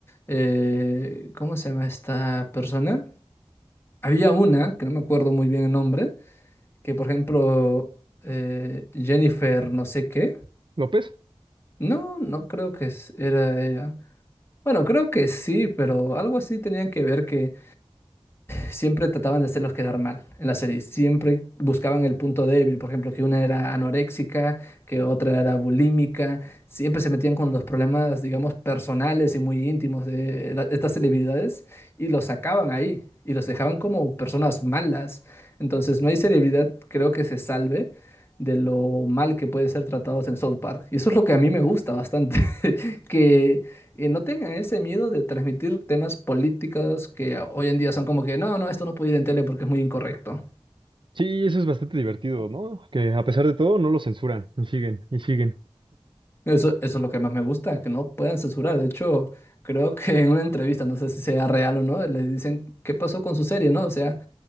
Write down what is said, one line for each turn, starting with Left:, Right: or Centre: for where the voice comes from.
Left: eh, ¿cómo se llama esta persona? Había una, que no me acuerdo muy bien el nombre, que por ejemplo, eh, Jennifer no sé qué.
Right: ¿López?
Left: No, no creo que es- era ella. Bueno, creo que sí, pero algo así tenían que ver que siempre trataban de hacerlos quedar mal en la serie. Siempre buscaban el punto débil. Por ejemplo, que una era anoréxica, que otra era bulímica. Siempre se metían con los problemas, digamos, personales y muy íntimos de la- estas celebridades y los sacaban ahí y los dejaban como personas malas. Entonces, no hay celebridad, creo que se salve de lo mal que pueden ser tratados en South Park. Y eso es lo que a mí me gusta bastante, <laughs> que y no tengan ese miedo de transmitir temas políticos que hoy en día son como que, no, no, esto no puede ir en tele porque es muy incorrecto.
Right: Sí, eso es bastante divertido, ¿no? Que a pesar de todo no lo censuran, y siguen, y siguen.
Left: Eso, eso es lo que más me gusta, que no puedan censurar. De hecho, creo que en una entrevista, no sé si sea real o no, les dicen, ¿qué pasó con su serie, no? O sea,